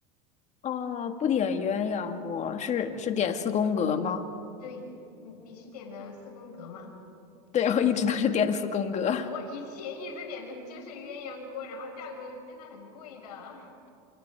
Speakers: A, on the left; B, on the left.
A: 哦，不点鸳鸯锅，是是点四宫格吗？
B: 对，你你是点的四宫格吗？
A: 对，我一直都是点的四宫格。
B: <laughs> 我以前一直点的就是鸳鸯锅，然后价格真的很贵的，<laughs>